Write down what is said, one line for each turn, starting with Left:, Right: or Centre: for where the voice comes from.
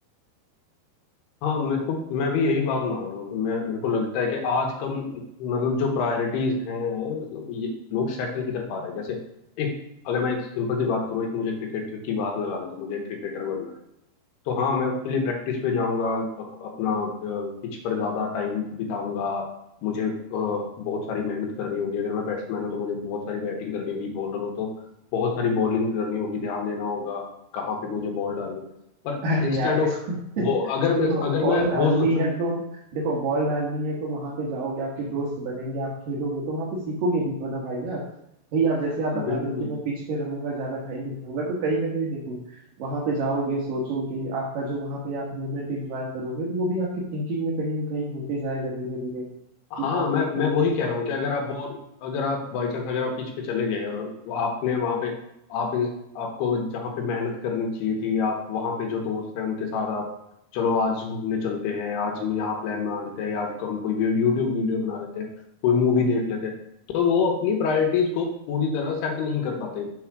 Left: हाँ मेरे को मैं भी यही बात मान रहा हूँ कि मैं मेरे को लगता है कि आज कम मतलब जो प्रायोरिटीज हैं मतलब ये लोग सेट नहीं कर पा रहे जैसे एक अगर मैं एक सिंपल सी बात करूँ एक मुझे क्रिकेटर की बात लगा ले तो मुझे क्रिकेटर बनना है तो हाँ मैं उसके लिए प्रैक्टिस पे जाऊंगा अप, अपना पिच पर ज्यादा टाइम बिताऊंगा मुझे अ, बहुत सारी मेहनत करनी होगी अगर मैं बैट्समैन हूँ तो मुझे बहुत सारी बैटिंग करनी होगी बॉलर हूँ तो बहुत सारी बॉलिंग करनी होगी ध्यान देना होगा कहाँ पे मुझे बॉल डालनी पर
Right: अरे
Left: इंस्टेड
Right: यार देखो
Left: ऑफ
Right: <laughs>
Left: वो अगर मैं
Right: देखो
Left: अगर
Right: बॉल
Left: मैं
Right: डालनी
Left: वो सोचूं
Right: है तो देखो बॉल डालनी है तो वहां पे जाओगे आपके दोस्त बनेंगे आप खेलोगे तो वहां पे सीखोगे भी तो ना भाई यार भाई आप जैसे आप बता
Left: बिल्कुल
Right: रहे हो कि
Left: बिल्कुल
Right: मैं पिच पे रहूंगा ज्यादा टाइम बिताऊंगा तो कहीं ना कहीं देखो वहां पे जाओगे सोचोगे आपका जो वहां पे आप मूवमेंट एंजॉय करोगे तो वो भी आपकी थिंकिंग में कहीं ना कहीं होते जाएगा धीरे धीरे कि
Left: हाँ
Right: आप
Left: मैं
Right: एक तरीके
Left: मैं वही
Right: से
Left: कह रहा हूँ कि अगर आप बॉल अगर आप बाई चांस अगर आप पिच पे चले गए और वो आपने वहां पे आप इन- आपको जहाँ पे मेहनत करनी चाहिए थी आप वहां पे जो दोस्त हैं उनके साथ आप चलो आज घूमने चलते हैं आज हम यहाँ प्लान बना लेते हैं आज को हम कोई वीडियो यूट्यूब वीडियो बना लेते हैं कोई मूवी देख लेते हैं तो वो अपनी प्रायोरिटीज को पूरी तरह सेट नहीं कर पाते